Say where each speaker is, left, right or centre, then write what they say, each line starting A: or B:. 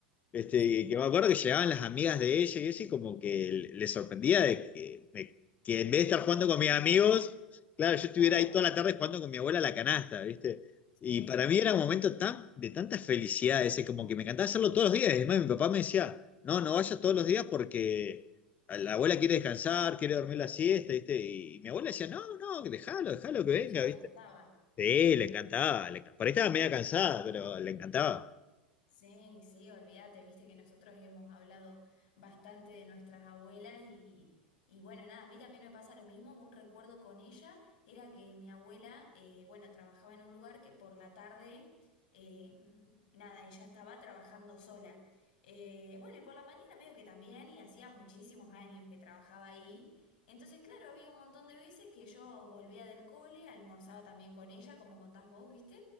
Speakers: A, on the left (about 30°); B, on the left (about 60°).
A: este,
B: sí,
A: y que me acuerdo que llegaban las amigas de ella y eso, y como que le le sorprendía de que, de que en vez de estar
B: de que
A: jugando
B: vos estuvieras,
A: con mis amigos, claro, yo estuviera
B: claro,
A: ahí toda la tarde jugando con mi abuela a la canasta, ¿viste?
B: sí,
A: Y para mí era un momento tan, de tanta felicidad ese, como que me encantaba
B: a
A: hacerlo todos los días. Y además mi papá me decía, no, no vayas todos los días porque la abuela quiere descansar, quiere dormir la siesta, ¿viste? Y mi abuela decía, no, no, que dejalo, dejalo que venga,
B: ella le
A: ¿viste?
B: gustaba,
A: Sí,
B: sí.
A: le encantaba. le enca- por ahí estaba
B: Bueno,
A: media
B: viste
A: cansada,
B: que
A: pero le encantaba.
B: Sí, sí, olvídate, viste que nosotros hemos hablado bastante de nuestras abuelas y, y bueno, nada, a mí también me pasa lo mismo, un recuerdo con ella era que mi abuela, eh, bueno, trabajaba en un lugar que por la tarde, eh, nada, ella estaba trabajando sola. Eh, bueno, y por la mañana medio que también, y hacía muchísimos años que trabajaba ahí. Entonces, claro, había un montón de veces que yo volvía del cole, almorzaba también con ella, como contás vos, ¿viste?